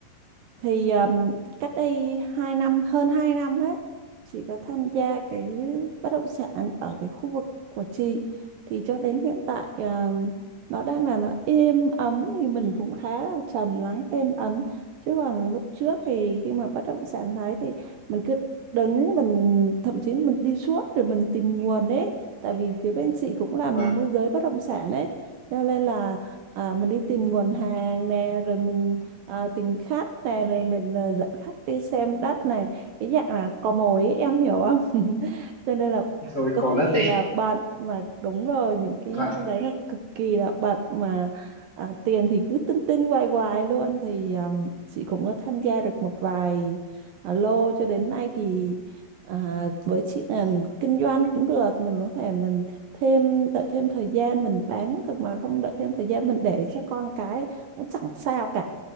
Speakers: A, on the right; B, on the left.
A: thì um, cách đây hai năm hơn 2 năm ấy chị có tham gia cái bất động sản ở cái khu vực của chị thì cho đến hiện tại um, nó đang là nó êm ấm thì mình cũng khá là trầm lắng êm ấm chứ còn lúc trước thì khi mà bất động sản đấy thì mình cứ đứng mình thậm chí là mình đi suốt rồi mình tìm nguồn ấy tại vì phía bên chị cũng làm
B: và
A: môi giới bất động sản ấy cho nên là à, mình đi tìm nguồn hàng nè rồi mình à, tính khát này rồi mình à, dẫn khách đi xem đất này cái dạng là cò mồi ấy, em hiểu không <laughs> cho nên là
B: rồi
A: cực
B: còn đất
A: kỳ
B: đấy
A: là bận mà đúng rồi những cái
B: và,
A: năm đấy là cực kỳ là bận mà à, tiền thì cứ tinh tinh hoài hoài luôn thì à, chị cũng có tham gia được một vài à, lô cho đến nay thì à, với chị là kinh doanh cũng được mình có thể mình thêm đợi thêm thời gian mình bán được mà không đợi thêm thời gian mình để cho con cái cũng chẳng sao cả